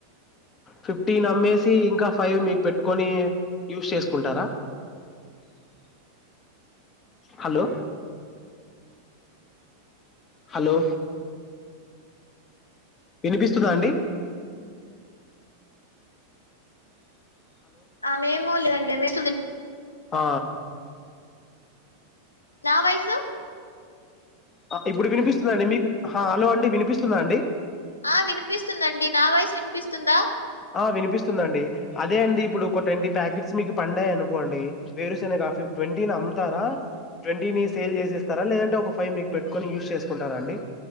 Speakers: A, on the left; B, on the left.
A: ఫిఫ్ టీన్ అమ్మేసి ఇంకా ఫైవ్ మీకు పెట్టుకొని యూస్ చేసుకుంటారా హలో హలో వినిపిస్తదండి
B: ఆ మేము లేదండి వినిపిస్తుంది
A: ఆ
B: నా వయ్సు
A: ఇబ్బుడు వినిపిస్తుందండి మీకు హలో అండి వినిపిస్తుందా అండి
B: ఆ వినిపిస్తుందండి నా వాయిస్ వినిపిస్తుందా
A: ఆ వినిపిస్తుందండి అదే అండి ఇప్పుడు ఒక ట్వంటీ ప్యాకెట్స్ మీకు పండాయ్ అనుకోండి వేరుశనగా ఫిఫ్ ట్వంటీని అమ్మ్తారా ట్వంటీని సేల్ జేసేస్తారా లేదంటే ఒక ఫైవ్ మీకు పెట్టుకొని యూస్ చేసుకుంటారా అండి